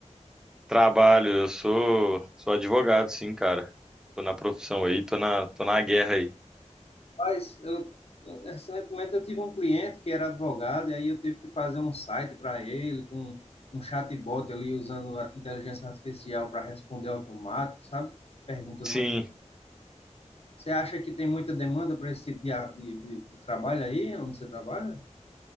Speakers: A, in the centre; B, on the left.
A: Trabalho, eu sou sou advogado, sim, cara. Tô na profissão aí, tô na tô na guerra aí.
B: Mas eu, eu- recentemente eu tive um cliente que era advogado, e aí eu tive que fazer um site para ele, com um chatbot ali, usando a inteligência artificial para responder automático, sabe? Perguntas.
A: Sim.
B: Mas você acha que tem muita demanda para esse tipo de, a- de, de- de trabalho aí, onde você trabalha?